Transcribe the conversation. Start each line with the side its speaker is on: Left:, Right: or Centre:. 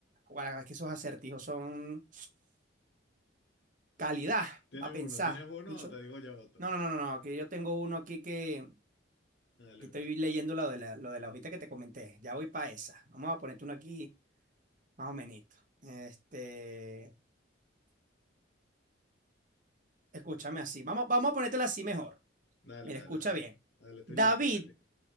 Right: guarda, es que esos acertijos son calidad,
Left: ¿Tienes
Right: a pensar,
Left: uno? ¿Tienes uno
Right: Micho.
Left: o te digo yo otro?
Right: No, no, no, no, no, que yo tengo uno aquí que,
Left: Dale,
Right: que estoy
Left: pues.
Right: leyendo lo de la, lo de la hojita que te comenté. Ya voy para esa. Vamos a ponerte uno aquí más o menos. Este, escúchame así. Vamos, vamos a ponértela así mejor.
Left: Dale,
Right: Mira,
Left: dale,
Right: escucha
Left: dale.
Right: bien.
Left: Dale, estoy
Right: David,
Left: listo, estoy listo.